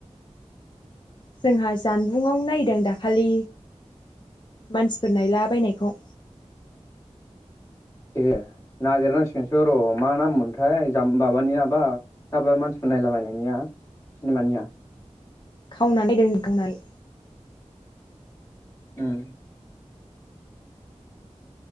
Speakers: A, on the left; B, on the left.
A: जोंहा जानबुंआव नायदों दाखालि। मानसिफोर नायला बायनायखौ।
B: ए नागिरनांसिगोनसो र' मा नाम मोनथाय जाम्बा माबानिआबा मानसिफोर नायलाबायनायनिया सिनेमानिया
A: खावनानै दोन खावनानै
B: ओम